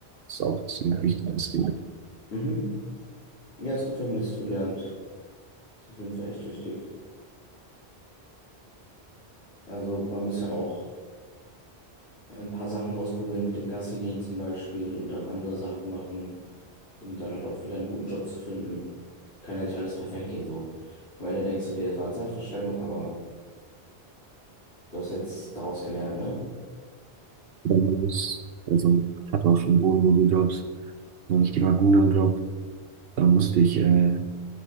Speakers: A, on the right (about 70°); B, on the left (about 80°).
A: ist auch ziemlich wichtig. Das Ding.
B: mhm. Ja, ist gut, wenn man das früh lernt. Ist auf jeden Fall echt wichtig. Also man muss ja auch ein paar Sachen ausprobieren mit dem Gassi gehen zum Beispiel und dann andere Sachen machen, um dann halt auch wieder einen guten Job zu finden. Kann ja nicht alles perfekt gehen so. Am Ende denkst du dir, es war Zeitverschwendung, aber du hast jetzt daraus gelernt, ne?
A: Oder man muss, also ich hatte auch schon bodenlose Jobs, so einen richtiger Guna-Job, da musste ich äh,